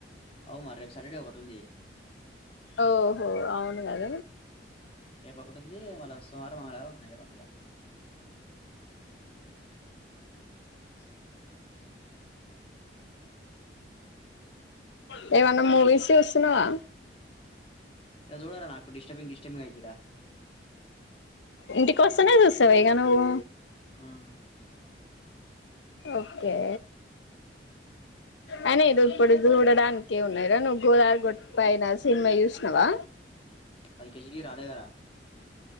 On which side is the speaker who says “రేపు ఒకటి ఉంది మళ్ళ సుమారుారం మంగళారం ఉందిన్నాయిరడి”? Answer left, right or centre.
Left